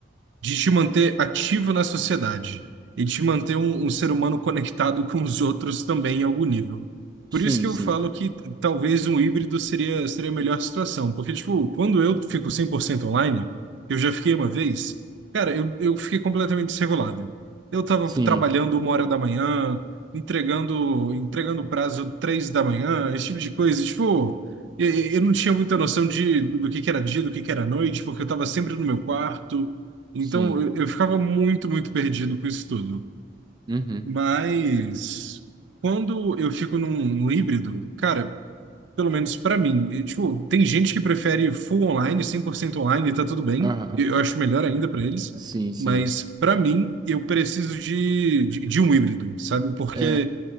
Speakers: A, on the right; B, on the right.
A: de te manter ativo na sociedade e te manter um, um ser humano conectado com os outros também em algum nível. Por
B: Sim,
A: isso que eu
B: sim,
A: falo que talvez um híbrido seria, seria a melhor situação, porque, tipo, quando eu fico 100% online, eu já fiquei uma vez, cara, eu, eu fiquei completamente desregulado. Eu tava
B: sim,
A: trabalhando uma hora da manhã, entregando entregando prazo três da manhã, esse tipo de coisa, e, tipo... Eu eu não tinha muita noção de, do que que era dia, do que que era noite, porque eu estava sempre no meu quarto, então,
B: sim.
A: eu, eu ficava muito, muito perdido com isso tudo.
B: Uhum.
A: Mas quando eu fico num, num híbrido, cara, pelo menos pra mim, e, tipo, tem gente que prefere full online, 100% online, e tá tudo bem.
B: Aham.
A: Eu acho melhor ainda pra eles.
B: Sim, sim.
A: Mas pra mim, eu preciso de, de, de um híbrido, sabe? Porque
B: É,